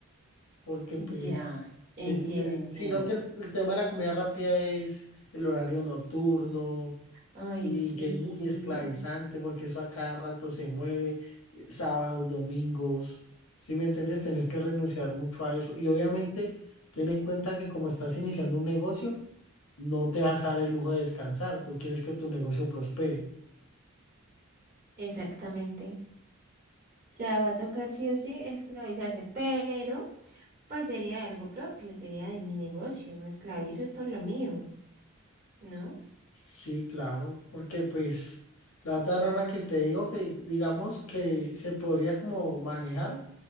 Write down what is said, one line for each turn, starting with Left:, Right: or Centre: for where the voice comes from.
Left: porque pues,
Right: Ya, entiendo,
Left: es- es-
Right: entiendo.
Left: sino que el, el tema de la comida rápida es el horario nocturno
Right: Ay,
Left: y
Right: sí,
Left: que es muy esclavizante porque eso a cada rato se mueve, eh, sábados, domingos, si me entiendes? Tenés que renunciar mucho a eso y obviamente ten en cuenta que como estás iniciando un negocio, no te vas a dar el lujo de descansar, tú quieres que tu negocio prospere.
Right: exactamente. O sea, va a tocar sí o sí esclavizarse, pero pues sería algo propio, sería de mi negocio, me esclavizo es por lo mío, ¿no?
Left: Sí, claro, porque pues la otra rama que te digo que digamos que se podría como manejar,